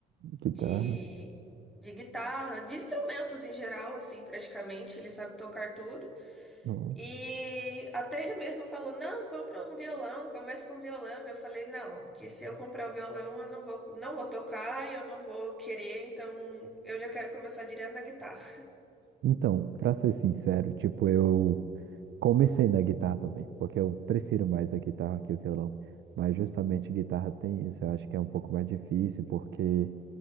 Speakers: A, on the right; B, in the centre.
A: Guitarra.
B: de, de guitarra, de instrumentos em geral, assim, praticamente, ele sabe tocar tudo.
A: Nossa.
B: E até ele mesmo falou: não, compra um violão, começa com violão. Eu falei: não, que se eu comprar o violão, eu não vou, não vou tocar, eu não vou querer, então eu já quero começar direto na guitarra.
A: Então, pra ser sincero, tipo, eu comecei na guitarra também, porque eu prefiro mais a guitarra que o violão. Mas justamente guitarra tem isso, eu acho que é um pouco mais difícil, porque